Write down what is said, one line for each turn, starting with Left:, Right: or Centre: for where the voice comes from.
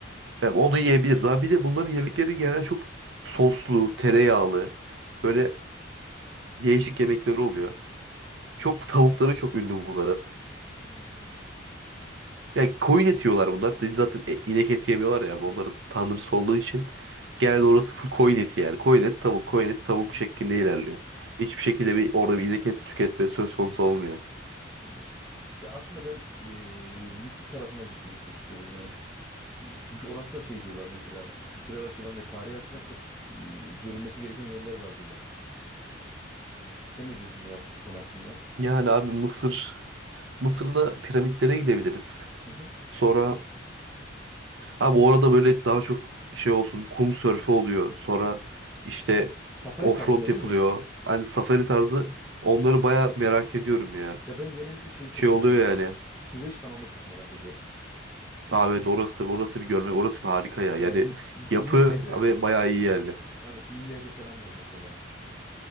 Right: Ya onu yiyebilirler. Bir de bunların yemekleri genelde çok soslu, tereyağlı. Böyle değişik yemekleri oluyor. Çok tavukları çok ünlü bunların.
Centre: Hmm.
Right: Yani koyun eti yiyorlar bunlar. Dedi Zaten e- inek eti yemiyorlar ya. Onların tanrısı olduğu için. Genelde orası full koyun eti yani. Koyun et tavuk, koyun et tavuk
Centre: Hı hı.
Right: şeklinde ilerliyor. Hiçbir şekilde bir orada bir inek eti tüketme söz konusu olmuyor.
Centre: Hmm. Ya aslında ben ee, Mısır tarafına gitmeyi çok istiyordum yani. Ee, Çünkü orası da şey diyorlar mesela kültürel açıdan ve tarihi açıdan çok ee, görünmesi gereken yerler var diyorlar. Sen ne diyorsun bu hak- konu hakkında?
Right: Yani abi Mısır. Mısır'da piramitlere gidebiliriz.
Centre: Hı hı.
Right: Sonra abi orada böyle daha çok şey olsun kum sörfü oluyor. Sonra işte
Centre: Safari
Right: offroad
Centre: tarzında
Right: yapılıyor.
Centre: değil mi?
Right: Hani safari tarzı onları baya merak ediyorum
Centre: Hı.
Right: ya.
Centre: Ya ben genellikle şeyi çok
Right: Şey
Centre: merak
Right: oluyor
Centre: ediyorum.
Right: yani.
Centre: Bu Süveyş kanalını çok merak ediyorum.
Right: Abi evet, orası da orası bir görmek orası bir harika ya. Yani
Centre: Evet, N- Nil
Right: yapı
Centre: Nehri.
Right: ve bayağı iyi yani.
Centre: Evet, Nil Nehri falan var mesela.